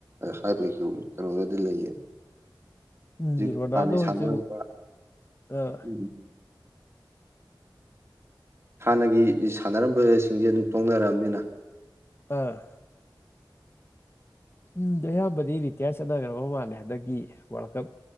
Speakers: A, on the right; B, on the left.
A: ꯍꯥꯏꯕꯩꯁꯨ ꯀꯩꯅꯣꯗꯗꯤ ꯂꯩꯌꯦ ꯍꯧꯖꯤꯛ
B: ꯎꯝ ꯔꯣꯅꯥꯜꯗꯣ
A: ꯍꯥꯟꯅꯩ
B: ꯍꯣꯏꯁꯨ
A: ꯁꯥꯟꯅꯔꯝꯕ
B: ꯑꯥ
A: ꯎꯝ ꯍꯥꯟꯅꯒꯤ ꯁꯥꯟꯅꯔꯝꯕꯁꯤꯡꯁꯦ ꯑꯗꯨꯝ ꯇꯣꯡꯅꯔꯛꯑꯝꯅꯤꯅ
B: ꯑꯥ ꯎꯝ ꯑꯌꯝꯕꯗꯤ ꯇꯤꯌꯥꯔ ꯆꯠꯅꯈ꯭ꯔꯕ ꯃꯥꯜꯂꯦ ꯍꯟꯗꯛꯀꯤ ꯋꯥꯔꯜ ꯀꯞ